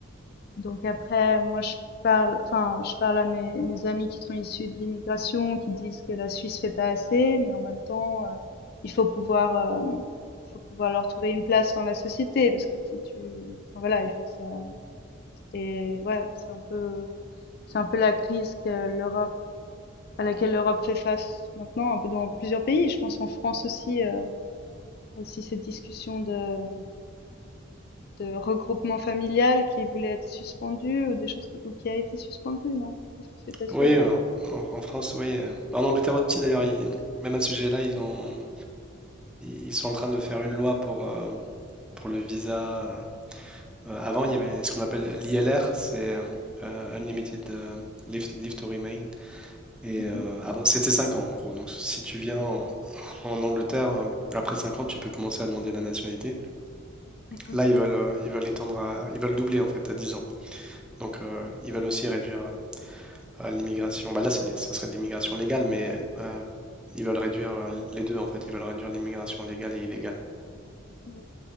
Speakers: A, on the left; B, in the centre.
A: Donc après, moi, je parle, enfin, je parle à mes, mes amis qui sont issus de l'immigration, qui disent que la Suisse fait pas assez, mais en même temps, euh, il faut pouvoir, euh, faut pouvoir leur trouver une place dans la société, parce que si tu, enfin, voilà, il faut que ça, et ouais, c'est un peu, c'est un peu la crise que l'Europe à laquelle l'Europe fait face maintenant, un peu dans plusieurs pays. Je pense en France aussi, euh, aussi cette discussion de, de regroupement familial qui voulait être suspendue ou des choses que- ou qui a été suspendue, non? Qu'est-ce qui s'est passé?
B: Oui,
A: euh,
B: en, en- en France, oui. euh, En Angleterre aussi, d'ailleurs, ils- même à ce sujet-là, ils ont, ils sont en train de faire une loi pour, euh, pour le visa. euh, euh, avant, il y avait ce qu'on appelle l'ILR, c'est euh, euh, Unlimited euh, Leave, Leave to Remain. Et
A: mhm,
B: euh, avant, c'était 5 ans, en gros. Donc, si tu viens en, en Angleterre, euh, après 5 ans, tu peux commencer à demander la nationalité.
A: mhm,
B: Là, ils veulent, euh, ils veulent étendre à, ils veulent doubler, en fait, à 10 ans. Donc, euh,
A: mhm,
B: ils veulent aussi réduire. euh, à l'immigration. Bah là, c'est, des- ça serait de l'immigration légale, mais euh, ils veulent réduire euh, les deux, en fait. Ils veulent réduire l'immigration légale et illégale.
A: mhm.